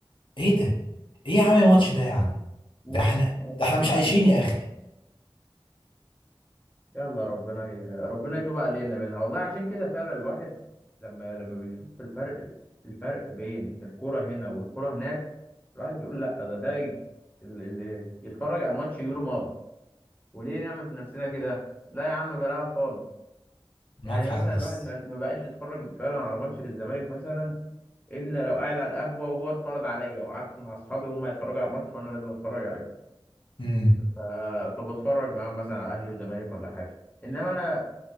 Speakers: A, on the left (about 65°); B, on the left (about 15°).
A: ايه ده ايه يا عم الماتش
B: ماتش
A: ده يا عم
B: ماتش
A: ده احنا
B: ماتش
A: ده احنا
B: البرازيل
A: مش عايشين يا اخي
B: يلا ربنا ي... ربنا يتوب علينا منها والله عشان كده فعلا الواحد لما لما بيشوف الفرق الفرق بين الكرة هنا والكرة هناك الواحد بيقول لا ده ده ي- اللي يتفرج على الماتش يجيله مغص وليه نعمل في نفسنا كده لا يا عم بلاها خالص
A: معاك
B: يعني
A: حق
B: مثلا
A: يا
B: الواحد
A: اسطى
B: ما ما بقاش يتفرج فعلا على ماتش للزمالك مثلا الا لو قاعد على القهوة وهو اتفرج عليا وقعدت مع اصحابي وهم يتفرجوا على الماتش وانا لازم اتفرج عليه
A: امم
B: ف... فبتفرج معاهم مثلا على اهلي وزمالك ولا حاجة انما انا